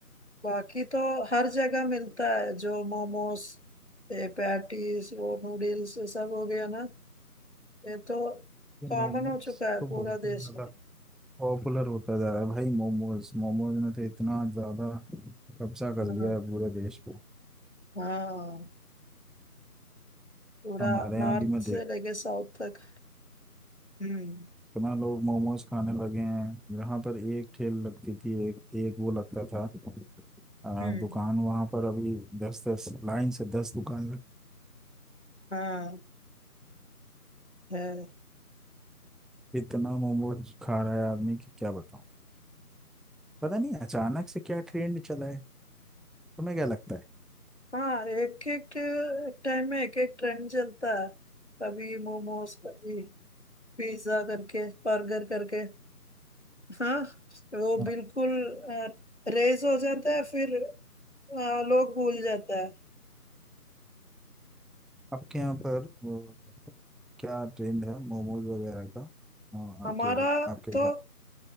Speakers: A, on the left; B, in the centre.
A: बाकी तो हर जगह मिलता है जो मोमोस ये पैटीज वो नूडल्स ये सब हो गया ना ये तो
B: ये
A: कॉमन
B: मोमोज
A: हो चुका है
B: तो
A: पूरा
B: बहुत ही
A: देश
B: ज्यादा
A: में
B: पॉपुलर होता जा रहा है भाई मोमोज मोमोज ने तो इतना ज्यादा कब्जा कर
A: हाँ
B: लिया है पूरे देश
A: हाँ, पूरा
B: हमारे यहाँ
A: नॉर्थ
B: भी मैं
A: से
B: देख
A: लेके साउथ तक हम्म
B: इतना लोग मोमोज खाने लगे हैं यहाँ पर एक ठेल लगती थी एक एक वो लगता था आ,
A: हम्म
B: दुकान वहां पर अभी दस दस लाइन से दस दुकान लग-
A: हाँ है
B: इतना मोमोज खा रहा है आदमी कि क्या बताऊं पता नहीं अचानक से क्या ट्रेंड चला है तुम्हें क्या लगता है
A: हाँ एक एक टाइम में एक एक ट्रेंड चलता है कभी मोमोज कभी पिज्जा करके बर्गर करके हाँ वो
B: हाँ,
A: बिल्कुल रेज हो जाता है फिर हाँ, लोग भूल जाता है
B: आपके यहाँ पर वो, क्या ट्रेंड है मोमोज वगैरह का हाँ,
A: हमारा
B: आपके आपके
A: तो
B: घर पे।